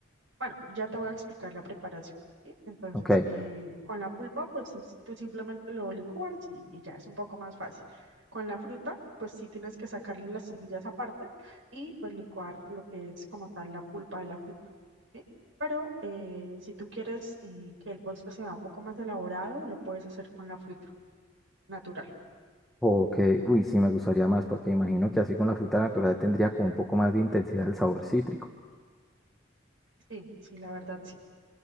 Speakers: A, on the right; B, in the centre.
A: bueno, ya te voy a explicar la preparación, ¿sí? Entonces,
B: Ok.
A: eh, con la pulpa, pues es- tú simplemente lo licúas y, y ya es un poco más fácil. Con la fruta, pues sí tienes que sacarle las semillas aparte y pues licuar lo que es como tal la pulpa de la fruta, ¿sí? Pero eh, si tú quieres eh, que el postre sea un poco más elaborado, lo puedes hacer con la fruta natural.
B: Ok, uy, sí, me gustaría más porque imagino que así con la fruta natural tendría como un poco más de intensidad el sabor cítrico.
A: Sí, sí, la verdad, sí.